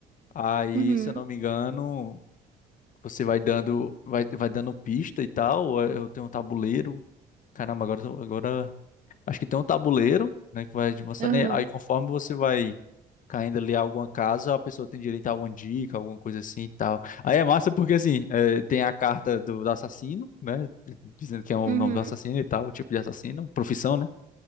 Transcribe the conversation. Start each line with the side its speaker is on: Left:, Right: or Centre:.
Left: Aí,
Right: uhum,
Left: se eu não me engano, você vai dando, vai, vai dando pista e tal. ou é- Eu tenho um tabuleiro. Caramba, agora, eu tô- agora Acho que tem um tabuleiro, né, que vai avançando.
Right: aham,
Left: e Aí, conforme você vai caindo ali a alguma casa, a pessoa tem direito a alguma dica, alguma coisa assim e tal. Aí é massa porque, assim, é, tem a carta do, do assassino, né, dizendo que é o
Right: uhum,
Left: nome do assassino e tal, o tipo de assassino, profissão, né?